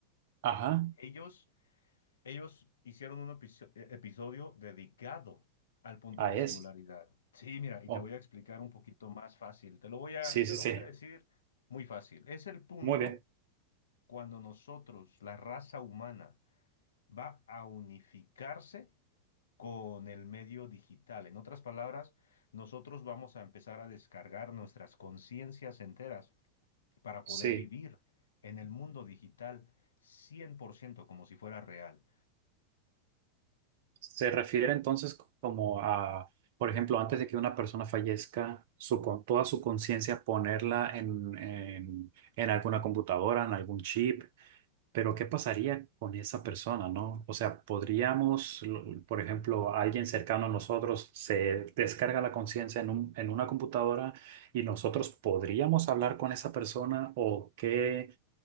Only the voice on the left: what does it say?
ellos, ellos hicieron un episo- eh, episodio dedicado al punto
de
singularidad. Sí, mira, y
te voy a explicar un poquito más fácil. Te lo voy a,
te
lo
voy a decir muy fácil. Es el punto
cuando nosotros, la raza humana, va a unificarse con el medio digital. En otras palabras, nosotros vamos a empezar a descargar nuestras conciencias enteras para poder
vivir en el mundo digital 100% como si fuera real.